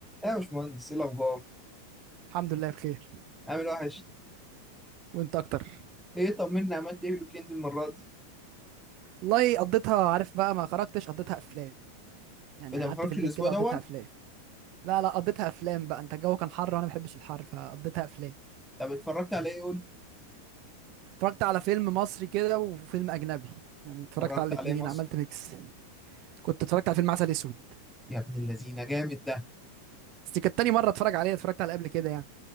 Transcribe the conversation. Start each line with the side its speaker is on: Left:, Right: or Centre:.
Centre: يا باشمهندس ايه الاخبار
Right: الحمد لله بخير
Centre: عامل وحش
Right: وانت اكتر
Centre: ايه طمني عملت ايه في الويكند المره دي
Right: والله قضيتها عارف بقى ما خرجتش قضيتها افلام يعني
Centre: بدل ما
Right: قعدت
Centre: خرجتش
Right: في البيت
Centre: الاسبوع
Right: كده
Centre: دوت
Right: قضيتها افلام لا لا قضيتها افلام بقى انت الجو كان حر وانا ما بحبش الحر فقضيتها افلام
Centre: طب اتفرجت على ايه قول
Right: اتفرجت على فيلم مصري كده وفيلم اجنبي يعني اتفرجت
Centre: اتفرجت
Right: على الاتنين
Centre: على ايه مصر
Right: عملت ميكس كنت اتفرجت على فيلم عسل اسود
Centre: يا ابن اللذينه جامد ده
Right: بس دي كانت تاني مره اتفرج عليه اتفرجت عليه قبل كده يعني